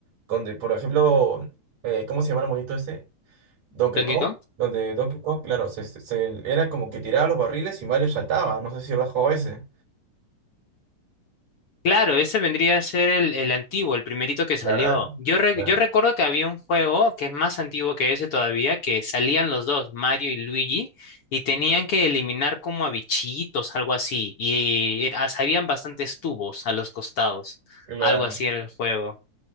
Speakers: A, on the right; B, on the left.
A: donde, por ejemplo, eh, ¿cómo se llama el monito este? Donkey
B: Donkey
A: Kong,
B: Kong.
A: donde Donkey Kong, claro, se, se- se- era como que tiraba los barriles y Mario saltaba. No sé si habrás jugado ese.
B: Claro, ese vendría a ser el, el antiguo, el primerito que salió.
A: Claro,
B: Yo, re-
A: bueno.
B: yo recuerdo que había un juego que es más antiguo que ese todavía, que salían los dos, Mario y Luigi, y tenían
A: Ujú.
B: que eliminar como a bichitos, algo así, y era- habían bastantes tubos a los costados,
A: Claro.
B: algo así era el juego.